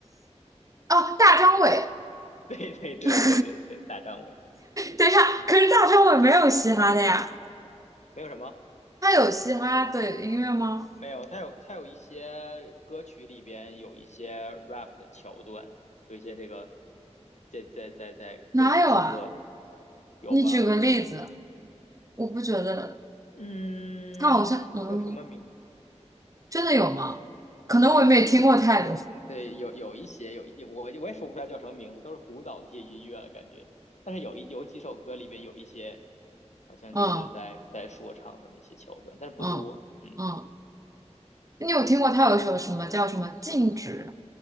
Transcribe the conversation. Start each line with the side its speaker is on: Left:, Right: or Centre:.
Right: 哦，大张伟，
Left: <laughs> 对对对对对对，
Right: <laughs>
Left: 大张伟
Right: 等一下，可是大张伟没有嘻哈的呀，
Left: 没有什么，
Right: 他有嘻哈的音乐吗？
Left: 没有他有他有一些歌曲里边有一些 rap 的桥段，有一些这个在在在在歌曲副歌
Right: 哪有啊？
Left: 有吧？
Right: 你举个例子，
Left: 我觉得，
Right: 我不觉得
Left: 嗯，
Right: 他好像嗯。
Left: 叫什么名？
Right: 真的有吗？可能我也没听过太多。
Left: 好像是，嗯对，有有一些有一我我也说不出来叫什么名字，都是古早的一些音乐了感觉。但是有一有几首歌里边有一些，好像就是在在说唱的那些桥段，
Right: 嗯
Left: 但是不多，
Right: 嗯嗯，
Left: 嗯，
Right: 你有听过他有一首什么叫什么《静止》？